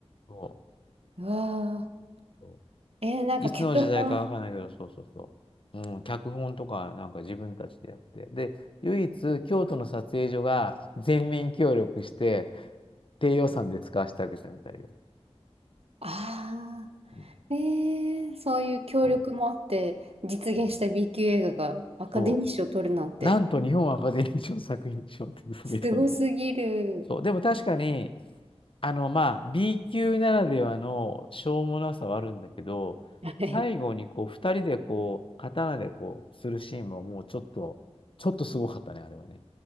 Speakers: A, on the left; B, on the right.
A: そう
B: うわ
A: そう
B: ー。えー、なんか脚本。
A: いつの時代かわかんないけど、そうそうそう。うん、脚本とかなんか自分たちでやって。で、唯一京都の撮影所が全面協力して、低予算で使わせてあげたみたいよ。
B: ああ。
A: うん
B: えー、そういう協力もあって実現した
A: そう。うん、
B: B 級映画がアカデミー賞を取るなんて、
A: そう。なんと日本アカデミー賞作品賞って嘘みたいな。
B: すごすぎる。
A: そう。でも確かに、あの、まあ、B 級ならではのしょうもなさはあるんだけど、
B: <laughs> はい。
A: 最後にこう、二人でこう、刀でこう、するシーンももうちょっと、ちょっとすごかったね、あれはね。